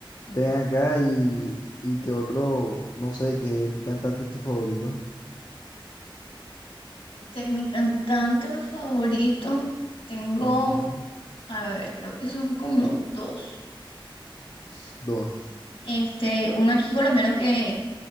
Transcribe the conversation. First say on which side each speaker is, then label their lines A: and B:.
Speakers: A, on the left (about 50°); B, on the left (about 75°).
A: Ven acá y, y qué otro, no sé, qué, qué cantante es tu favorito.
B: De mi cantante favorito tengo,
A: Ujú.
B: a ver, creo que son como dos.
A: S- Dos.
B: Este, uno aquí colombiano que